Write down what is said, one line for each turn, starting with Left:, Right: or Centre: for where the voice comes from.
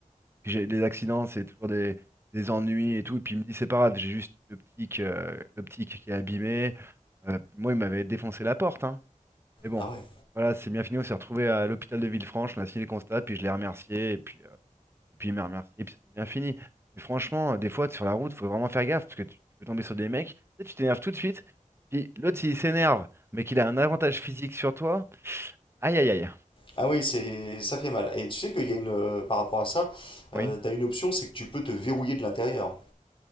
Right: Puis j'ai les accidents, c'est toujours des, des ennuis et tout. Et puis il me dit, c'est pas grave, j'ai juste une optique, euh, l'optique qui est abîmée. Euh, moi, il m'avait défoncé la porte, hein. Mais bon,
Left: ah ouais
Right: voilà, c'est bien fini. On s'est retrouvé à l'hôpital de Villefranche, on a signé le constat, puis je l'ai remercié, et puis, euh, et puis il m'a remercié, et puis c'est bien fini. Mais franchement, euh, des fois, sur la route, faut vraiment faire gaffe, parce que tu peux tomber sur des mecs, tu sais, tu t'énerves tout de suite, puis l'autre, s'il s'énerve, mais qu'il a un avantage physique sur toi, aïe aïe aïe.
Left: Ah oui, c'est, ça fait mal. Et tu sais qu'il y a une, euh, par rapport à ça,
Right: Oui.
Left: euh, t'as une option, c'est que tu peux te verrouiller de l'intérieur.